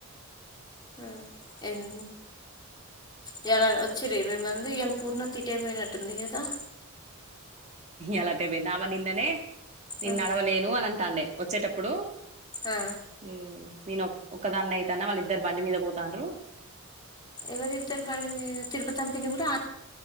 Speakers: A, on the left; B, on the right.
A: హూ ఎన్ ఇయాలా వచ్చిరు ఇరవై మంది ఇలా పూర్ణాతి టైం ఐనట్టుంది గదా
B: ఎలాటే బొంది ఆమె నిన్ననే నిన్
A: ఆ
B: నడవలేను అనన్ టాండే వచ్చేటప్పుడు
A: ఆ
B: హు నేను ఒకదాన్న అయితన్నా వాళ్ళు ఇద్దరు బండి మీద పోతాండ్రు
A: ఎవరిద్దరు బండి మీద తిరుపతం పిన్ని కూడా ఆ